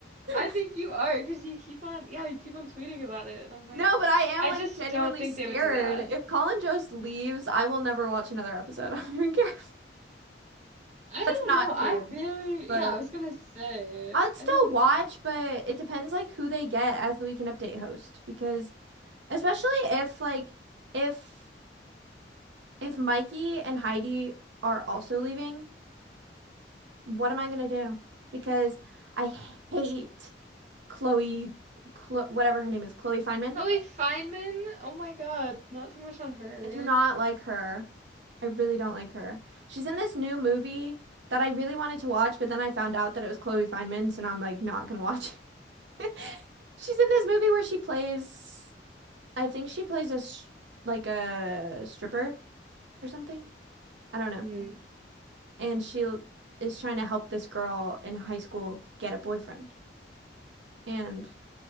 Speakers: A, on the right (about 40°); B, on the right (about 80°).
A: I think
B: <laughs>
A: you are because you keep on, yeah, you keep on tweeting about it, and I'm like,
B: No, but I am
A: I
B: like
A: just
B: genuinely
A: don't think
B: scared.
A: they would do that.
B: If Colin Jost leaves, I will never watch another episode. <laughs> I don't even care.
A: I don't
B: That's not
A: know. I
B: true.
A: really,
B: But
A: yeah, I was gonna say,
B: I'd still
A: I don't.
B: watch, but it depends like who they get as the Weekend Update host because especially if like if if Mikey and Heidi are also leaving, What am I gonna do? Because I hate Chloe, Chlo whatever her name is, Chloe Fineman.
A: Chloe Fineman, oh my God, not too much on her.
B: I do not like her. I really don't like her. She's in this new movie that I really wanted to watch, but then I found out that it was Chloe Fineman, so now I'm like not gonna watch it. <laughs> She's in this movie where she plays, I think she plays a sh like a stripper or something. I don't know.
A: Mm.
B: And she l- is trying to help this girl in high school get a boyfriend. And